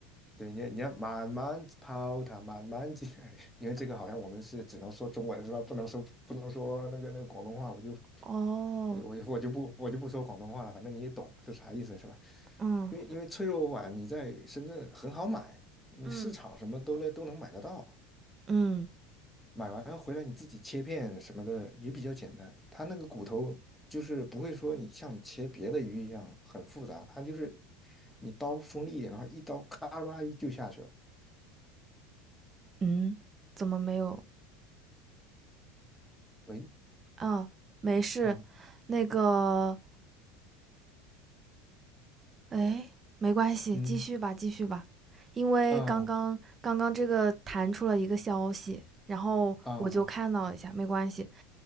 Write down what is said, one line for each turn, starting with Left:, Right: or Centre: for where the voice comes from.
Centre: 对，你你要慢慢抛它，慢慢解，来，<laughs> 因为这个好像我们是只能说中文是吧？不能说不能说那个那个广东话，我就
Right: 哦，
Centre: 我就我就我就不我就不说广东话了，反正你也懂是啥意思是吧？
Right: 嗯，
Centre: 因为因为脆弱碗你在深圳很好买，你市场什么都能都能买得到。
Right: 嗯嗯
Centre: 买完回来你自己切片什么的也比较简单，它那个骨头就是不会说你像你切别的鱼一样很复杂，它就是你刀锋利一点的话，一刀咔啦一就下去了。
Right: 嗯，怎么没有？
Centre: 喂，
Right: 啊？没事，
Centre: 嗯
Right: 那个，哎，没关系，
Centre: 嗯
Right: 继续吧，继续吧。因为刚刚刚刚这个弹出了一个消息，
Centre: 嗯
Right: 然后我就看到了一下，
Centre: 嗯。
Right: 没关系。